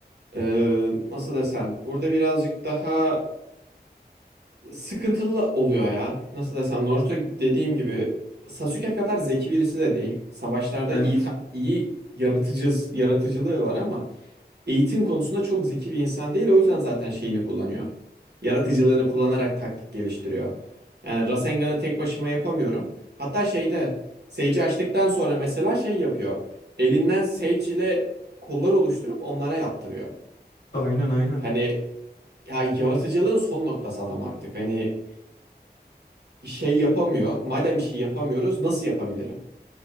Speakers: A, on the right; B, on the left.
A: e, nasıl desem burada birazcık daha sıkıntılı oluyor ya. Nasıl desem Naruto dediğim gibi Sasuke kadar zeki birisi de değil. Savaşlarda
B: Evet.
A: iyi ta- iyi yaratıcı yaratıcılığı var ama eğitim konusunda çok zeki bir insan değil. O yüzden zaten şeyini kullanıyor. Yaratıcılığını kullanarak taktik geliştiriyor. Yani Rasengan'ı tek başıma yapamıyorum. Hatta şeyde Sage'i açtıktan sonra mesela şey yapıyor. Elinden Sage ile kollar oluşturup onlara yaptırıyor.
B: Aynen aynen.
A: Hani ya yaratıcılığın son noktası adam artık. Hani şey yapamıyor. Madem bir şey yapamıyoruz nasıl yapabilirim?